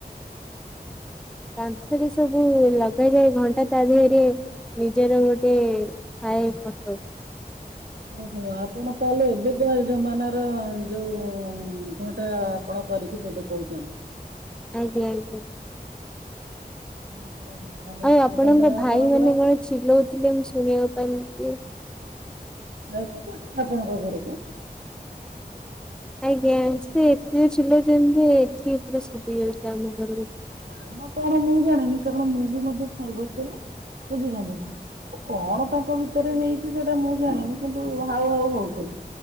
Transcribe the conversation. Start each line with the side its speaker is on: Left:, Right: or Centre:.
Right: <inaudible>
Centre: କାନ୍ଥରେ ସବୁ ଲଗାଯାଏ ଘଣ୍ଟା ତା ଦେହରେ ନିଜର ଗୋଟେ ଥାଏ ଫଟୋ।
Right: ଓହୋ ଆପଣ ତାହେଲେ ଏବେକା ଯମାନାର ଯୋଉ ଘଣ୍ଟା କଣ କରିକି ଦେବେ କହୁଛନ୍ତି।
Centre: ଆଜ୍ଞା ଆଜ୍ଞା।
Right: <inaudible>
Centre: ଆଉ
Right: ଚିନ୍ତାଧାରା
Centre: ଆପଣଙ୍କ ଭାଇ
Right: ଆପଣଙ୍କର।
Centre: ମାନେ କଣ ଚିଲଉଥିଲେ ମୁଁ ଶୁଣିବାକୁ ପାରିଲି କି
Right: ନ କଛନ୍ତି ଆପଣଙ୍କ ଘରକୁ।
Centre: ଆଜ୍ଞା ସେ ଏତେ ଜୋରେ ଚିଲୋଉଚନ୍ତି ଯେ ଏଠିକି ପୁରା ଶୁଭିଯାଉଛି ଆମ ଘରକୁ।
Right: କାରଣ କଣ ମୁଁ ଜାଣିନି କାରଣ ମୁଁ ବି ମଧ୍ୟ ଖାଇବା ପରେ ଖୋଜୁଛନ୍ତି ନା। କଣ ତାଙ୍କ ଭିତରେ ହେଇଛି ସେଇଟା ମୁଁ ଜାଣିନି କିନ୍ତୁ ହାଉ ହାଉ ହଉଥିଲେ।